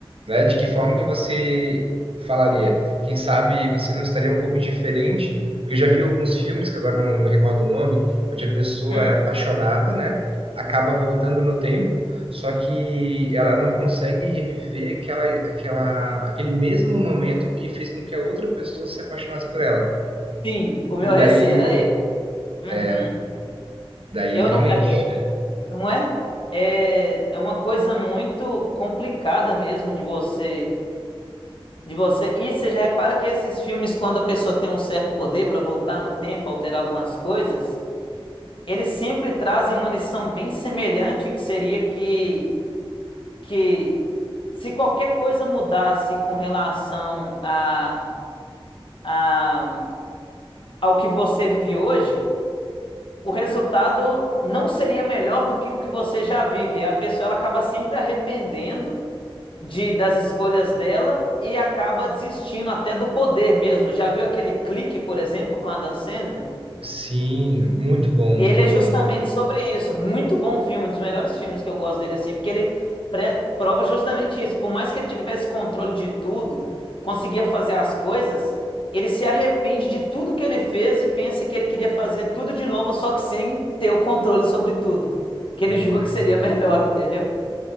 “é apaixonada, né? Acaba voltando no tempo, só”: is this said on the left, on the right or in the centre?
Right